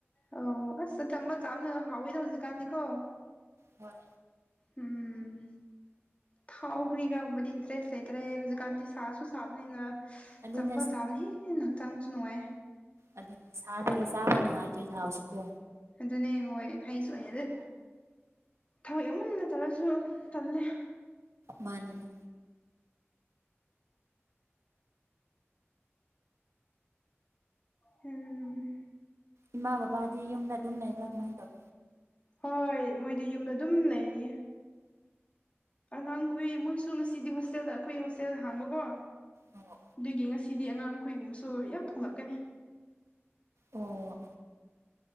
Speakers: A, on the left (about 30°); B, on the right (about 85°).
A: ꯑꯣ ꯑꯁ ꯑꯆꯝꯕ ꯆꯥꯕꯅ ꯍꯥꯎꯋꯤꯗ ꯍꯧꯖꯤꯛꯀꯥꯟꯗꯤꯀꯣ
B: ꯍꯣꯏ
A: ꯎꯝ ꯊꯥꯎꯈ꯭ꯔꯤꯒꯥꯒꯨꯝꯕꯗꯤ ꯏꯟꯇꯔꯦꯁ ꯂꯩꯇ꯭ꯔꯦ ꯍꯧꯖꯤꯛꯀꯥꯟꯗꯤ ꯁꯥꯁꯨ ꯁꯥꯕꯅꯤꯅ
B: ꯑꯗꯨꯅꯦ
A: ꯆꯝꯕ ꯆꯥꯕꯅ ꯍꯦꯟꯅ ꯍꯛꯆꯥꯡꯁꯨ ꯅꯨꯡꯉꯥꯏ
B: ꯑꯗꯨ ꯁꯥꯕꯒꯤ ꯆꯥꯕ ꯅꯨꯡꯉꯥꯏꯇ꯭ꯔꯦ ꯊꯥꯎꯁꯤ ꯀꯣ
A: ꯑꯗꯨꯅꯦ ꯍꯣꯏ ꯍꯥꯏꯁꯨ ꯍꯩꯅꯗꯦ ꯊꯔꯣꯏ ꯌꯥꯝ ꯆꯥꯔꯥꯁꯨ ꯇꯜꯂꯦ
B: ꯃꯥꯅꯦ ꯃꯥ
A: ꯍꯝ
B: ꯏꯃꯥ ꯕꯕꯥꯗꯤ ꯌꯨꯝꯗ ꯑꯗꯨꯝ ꯂꯩꯕ꯭ꯔꯥ ꯀꯃꯥꯏ ꯇꯧ
A: ꯍꯣꯏ ꯃꯣꯏꯗꯤ ꯌꯨꯝꯗ ꯑꯗꯨꯝ ꯂꯩꯔꯤꯌꯦ ꯑꯉꯥꯡꯈꯣꯏ ꯃꯣꯏꯁꯨ ꯉꯁꯤꯗꯤ ꯍꯣꯁꯇꯦꯜꯗ ꯑꯩꯈꯣꯏ ꯍꯣꯁꯇꯦꯜ ꯍꯥꯡꯕꯀꯣ
B: ꯑꯣ
A: ꯑꯗꯨꯒꯤ ꯉꯁꯤꯗꯤ ꯑꯉꯥꯡꯈꯨꯏꯒꯨꯝꯕꯁꯨ ꯌꯥꯝ ꯊꯣꯛꯂꯛꯀꯥꯅꯤ
B: ꯑꯣ